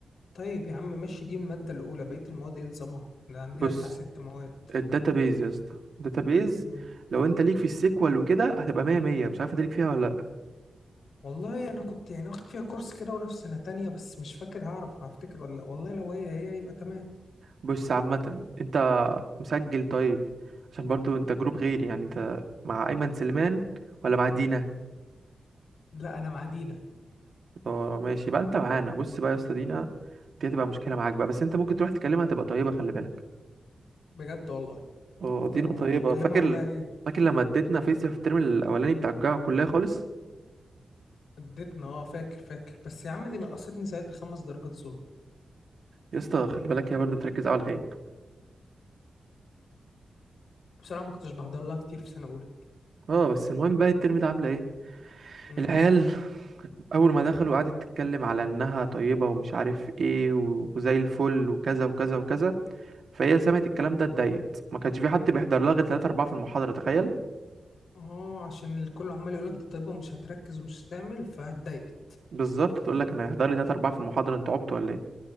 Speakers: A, on the left; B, on the right.
A: طيب يا عم ماشي دي الماده الاولى بقيه المواد ايه نظامها احنا عندنا
B: بص
A: بتاع ست مواد
B: الداتابيز يا اسطى الداتابيز
A: مم.
B: لو انت ليك في السيكوال وكده هتبقى مية مية مش عارف انت ليك فيها ولا لا
A: والله انا كنت يعني واخد فيها كورس كده وانا في سنه تانية بس مش فاكر هعرف هفتكر ولا لأ. والله لو هي هي يبقى تمام
B: بص عامه انت مسجل طيب عشان برضو انت جروب غيري يعني انت مع ايمن سليمان ولا مع دينا
A: لا انا مع دينا
B: اه ماشي بقى انت معانا بص بقى يا اسطى دينا دي هتبقى مشكله معاك بقى بس انت ممكن تروح تكلمها تبقى طيبه خلي بالك
A: بجد والله
B: اه دي
A: طب
B: نقطة
A: انا
B: طيبة
A: اكلمها
B: فاكر
A: اقول لها ايه
B: فاكر لما اديتنا فيزياء في الترم الأولاني بتاع الجامعة الكلية خالص
A: اديتنا اه فاكر فاكر بس يا عم دي نقصتني ساعتها خمس درجات ظلم
B: يا اسطى خلي بالك هي برضه بتركز على الغياب
A: بصراحه ما كنتش بحضر لها كتير في سنه اولى
B: اه بس المهم بقى الترم ده عاملة ايه
A: امم
B: العيال أول ما دخلوا قعدت تتكلم على إنها طيبة ومش عارف ايه و- وزي الفل وكذا وكذا وكذا فهي سمعت الكلام ده اتضايقت ما كانش في حد بيحضر لها غير 3 4 في المحاضرة تخيل
A: اه عشان الكل عمال يقول لك دي طيبه ومش هتركز ومش هتعمل فاتضايقت
B: بالظبط تقول لك أنا هيحضر لي 3 4 في المحاضرة انتوا عبطوا ولا ايه